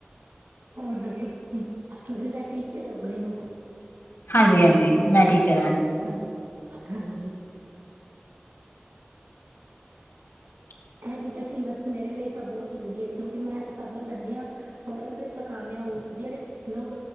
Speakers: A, on the right; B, on the left.
A: ਹੋਰ ਦੱਸੋ ਤੁਸੀਂ, ਤੁਸੀਂ ਤਾਂ ਟੀਚਰ ਹੋ ਗਏ ਹੋ।
B: ਹਾਂਜੀ, ਹਾਂਜੀ ਮੈਂ ਟੀਚਰ ਵਾਂ ਜ
A: ਹਾਂ, ਹਾਂਜੀ।
B: <unintelligible>
A: ਐਜੂਕੇਸ਼ਨ ਬਸ ਮੇਰੇ ਲਈ ਤਾਂ ਬਹੁਤ ਜ਼ਰੂਰੀ ਹੈ, ਕਿਉਂਕਿ ਮੈਂ ਤਾਂ ਸਭ ਨੂੰ ਕਹਿੰਦੀ ਹਾਂ ਪੜੋਗੇ ਤਾਂ ਕਾਮਯ ਹੋ, ਜਿਹੜੇ ਲੋਕ